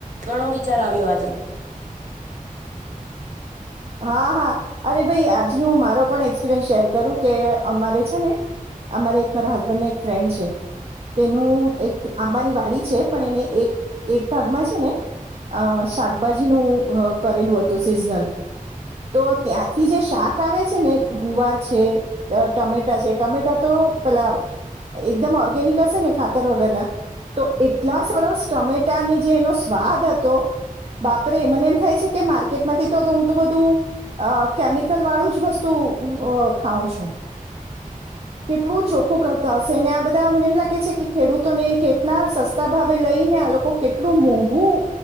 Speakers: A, on the right (about 60°); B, on the right (about 45°).
A: ઘણો વિચાર આવ્યો આજે
B: હા હા અરે ભાઈ આજનું મારો પણ એક્સપિરિયન્સ શેર કરું કે અમારે છે ને અમારે એક મારા હસબન્ડને એક ફ્રેન્ડ છે તેનું એક આંબાની વાડી છે પણ એને એક એક ભાગમાં છે ને અ શાકભાજીનું કરેલું હતું સિઝનલ. તો ત્યાંથી જે શાક આવે છે ને ગુવાર છે ટમેટા છે ટમેટા તો પેલા એકદમ ઓર્ગેનિક હશે ને ખાતર વગરના તો એટલા સરસ ટમેટાને જે એનો સ્વાદ હતો બાપરે મને એમ થાય છે કે માર્કેટમાંથી તો. તો બધું અ કેમિકલ વાળું જ વસ્તુ ખાઉ છું કેટલું ચોખ્ખું કરતા હશે ને આ બધા મને એમ લાગે છે કે ખેડૂતોને કેટલા સસ્તા ભાવે લઈ ને આ લોકો કેટલું મોઘું.